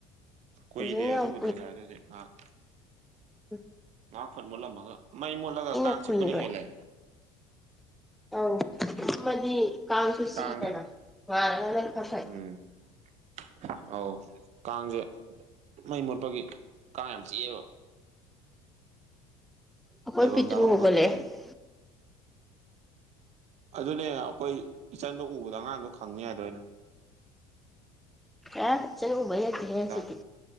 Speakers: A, on the right; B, in the centre.
A: ꯀꯨꯏꯗꯦ
B: ꯍꯧꯖꯤꯛꯅ ꯌꯥꯝ
A: ꯑꯗꯨꯕꯨꯗꯤ ꯉꯁꯥꯏ ꯑꯗꯨꯗꯤ ꯑꯥ
B: ꯎꯝ
A: ꯉꯍꯥꯛ ꯐꯠ ꯃꯨꯠꯂꯝꯃꯒ ꯃꯩ ꯃꯨꯠꯂꯒ ꯀꯥꯡ
B: ꯀꯨꯏꯔꯦ
A: ꯆꯤꯛꯄꯅ ꯍꯦꯜꯂꯦ
B: ꯑꯧ ꯃꯝꯃꯗꯤ ꯀꯥꯡꯁꯨ ꯁꯤꯛꯏꯗꯅ
A: ꯀꯥꯡꯁꯦ
B: ꯉꯥꯟꯂ ꯈꯔ ꯐꯩ
A: ꯎꯝ <unintelligible> ꯑꯧ ꯀꯥꯡꯖꯦ ꯃꯩ ꯃꯨꯠꯄꯒꯤ ꯀꯥꯡ ꯌꯥꯝ ꯆꯤꯑꯦꯕ
B: ꯑꯩꯈꯣꯏ
A: ꯂꯩꯕꯝ
B: ꯄꯤꯇ꯭ꯔꯨ
A: ꯆꯥꯕꯝ
B: ꯍꯧꯒꯠꯂꯛꯑꯦ
A: ꯈꯪꯗꯒꯩ ꯑꯗꯨꯅꯦ ꯑꯩꯈꯣꯏ ꯏꯆꯟꯗꯣ ꯎꯕꯗ ꯑꯉꯥꯡꯗꯣ ꯈꯪꯅꯤ ꯍꯥꯏꯗꯣ ꯑꯩꯅ
B: ꯑꯦ ꯀꯤꯠꯆꯟꯒꯨꯝꯕꯒꯤ ꯅꯠꯇꯦꯍꯦꯁꯤꯗꯤ
A: ꯅꯨꯡꯗꯥꯡ